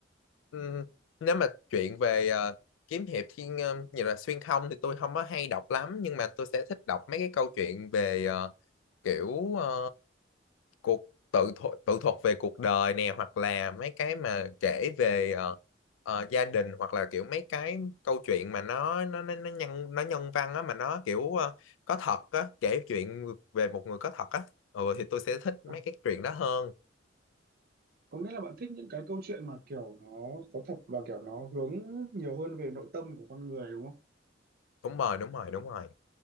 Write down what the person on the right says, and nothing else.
à,
có nghĩa là bạn thích những cái câu chuyện mà kiểu nó có thật và kiểu nó hướng nhiều hơn về nội tâm của con người đúng không?